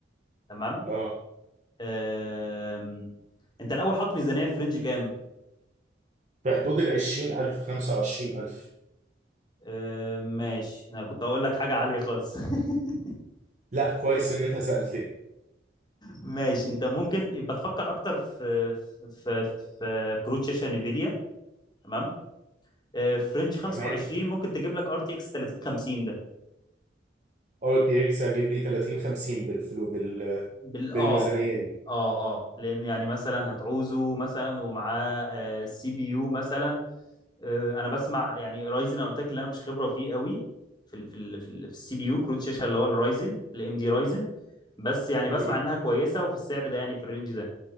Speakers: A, on the left; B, on the right.
A: تمام
B: اه
A: آم، انت الاول حاطط ميزانيه في رينج كام
B: في حدود ال 20000 25000
A: آم، ماشي انا كنت هقول لك حاجه عاليه خالص <laughs>
B: لا كويس ان انت سالتني
A: ماشي انت ممكن يبقى تفكر اكتر في في في, في كروت شاشه نفيديا تمام آه، في رينج 25
B: تمام
A: ممكن تجيب لك ار تي اكس 3050 ده
B: ار تي اكس هجيب لي 30 50 بالفلو بال
A: بال اه
B: بالميزانيه دي
A: اه اه لان يعني مثلا هتعوزه مثلا ومعاه آه، سي بي يو مثلا آه، انا بسمع يعني رايزن انا قلت لك اللي انا مش خبره فيه قوي في ال في ال في السي بي يو كروت شاشه اللي هو الرايزن الام دي رايزن بس يعني بسمع
B: مم.
A: انها كويسه وفي السعر ده يعني في الرينج ده